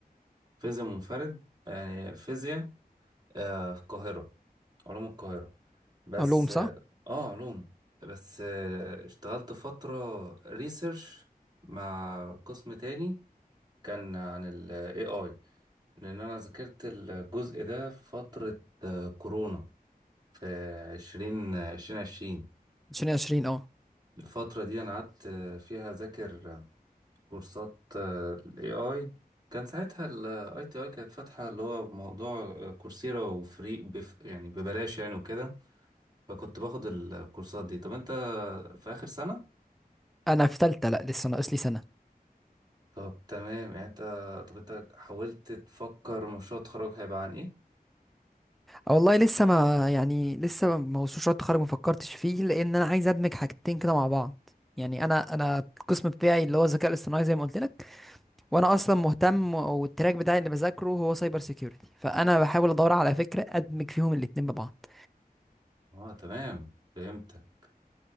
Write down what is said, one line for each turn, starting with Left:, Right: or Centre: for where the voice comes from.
Right: فيزياء منفرد يعني فيزياء آه، في القاهرة علوم القاهرة بس
Centre: علوم صح
Right: آه آه، علوم بس آه، اشتغلت فترة ريسيرش مع قسم تاني كان عن ال AI لأن أنا ذاكرت الجزء ده في فترة آه، كورونا في عشرين عشرين عشرين
Centre: 2020 اه
Right: الفترة دي أنا قعدت فيها أذاكر كورسات ال AI كان ساعتها ال ITI كانت فاتحة اللي هو موضوع كورسيرا وفري بف يعني ببلاش يعني وكده فكنت باخد الكورسات دي طب أنت في آخر سنة؟
Centre: انا في تالتة لا لسه ناقص لي سنة
Right: طب تمام يعني أنت طب أنت حاولت تفكر مشروع التخرج هيبقى عن إيه؟
Centre: آه، والله لسه ما يعني لسه ما وصلش شوية التخرج ما فكرتش فيه لان انا عايز ادمج حاجتين كده مع بعض يعني انا انا القسم بتاعي اللي هو الذكاء الاصطناعي زي ما قلت لك وانا اصلا مهتم والتراك بتاعي اللي بذاكره هو سايبر سيكيورتي فانا بحاول ادور على فكرة ادمج فيهم الاتنين ببعض
Right: أه تمام فهمتك